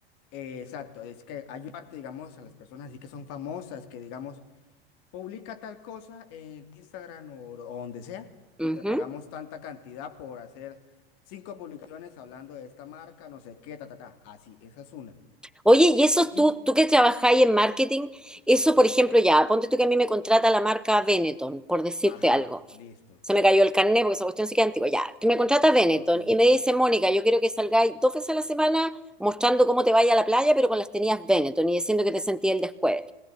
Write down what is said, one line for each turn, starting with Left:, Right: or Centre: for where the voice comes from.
Left: Eh, exacto. Es que hay una parte, digamos, a las personas así que son famosas, que digamos, publica tal cosa en Instagram o, o donde sea y
Centre: Ujú.
Left: te pagamos tanta cantidad por hacer cinco publicaciones hablando de esta marca, no sé qué, ta, ta, ta. Así, esa es una.
Centre: Oye,
Left: Eh,
Centre: y eso
Left: y,
Centre: tú, tú que trabajáis en marketing, eso, por ejemplo, ya, ponte tú que a mí me contrata la marca Benetton, por decirte
Left: ajá,
Centre: algo.
Left: listo.
Centre: se me cayó el carnet porque esa cuestión sí que es antigua. Ya, que me contrata Benetton
Left: Ok,
Centre: y me
Left: sí,
Centre: dice, Mónica, yo quiero que salgáis dos veces a la semana mostrando cómo te vaya a la playa, pero con las tenías Benetton y diciendo que te sentí el descueve.